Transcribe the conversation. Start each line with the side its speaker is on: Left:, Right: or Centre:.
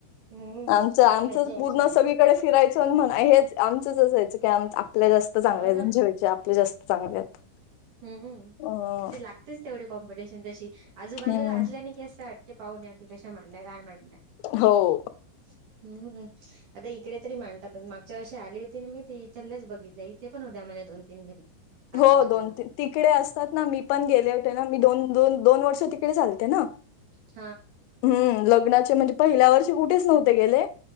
Right: हम्म
Left: आमचं आमचं
Right: मज्जा यायची
Left: पूर्ण
Right: पण
Left: सगळीकडे फिरायचं म्हण हेच, आमचंच असायचं की आ आपल्या जास्त चांगल्या
Right: हो
Left: आहेत, तेणच्या पेक्षा, आपल्या जास्त चांगल्या आहेत.
Right: हम्मम,
Left: अ
Right: ते लागतेच तेवढी कॉम्पिटिशन तशी आजूबाजूला
Left: हम्म
Right: असल्याने की, असं वाटते पाहूया की कशा म्हणल्याय काय म्हडलंय,
Left: हो,
Right: हम्म हम्, आता इकडे तरी मांडतातच मागच्या अशी आली होती, मी ती इथच बघितल्या इथे पण होत्या माझ्या दोन तीन घरी, आजूबाजूला
Left: हो दोन तीन तिकडे असतात ना, मी पण गेले होते ना मी दोन दोन, दोन वर्ष तिकडे चालते ना
Right: <inaudible>
Left: हम्म लग्नाचे म्हणजे पहिल्या वर्षी कुठेच नव्हते गेले